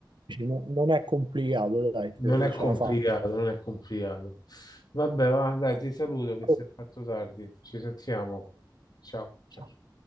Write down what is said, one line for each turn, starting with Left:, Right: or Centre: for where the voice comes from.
Right: Dici, no- Non è complicato, dai,
Left: Non
Right: ce
Left: è complicato,
Right: ce la fa.
Left: non è complicato. Vabbè, va, dai, ti saluto che si
Right: Oh,
Left: è fatto tardi, ci sentiamo. Ciao, ciao.
Right: ciao.